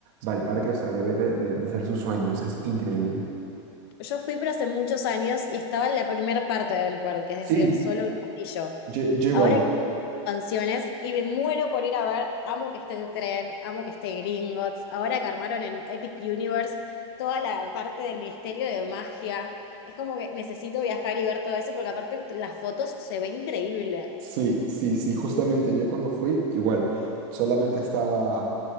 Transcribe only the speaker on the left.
Yo fui, pero hace muchos años y estaba en la primera parte del parque,
es decir, solo el castillo.
Ahora
canciones y me muero por ir a ver, amo que esté el tren, amo que esté Gringotts, ahora que armaron en Epic Universe toda la parte del Ministerio de Magia, es como que necesito viajar y ver todo eso porque aparte las fotos se ven increíble.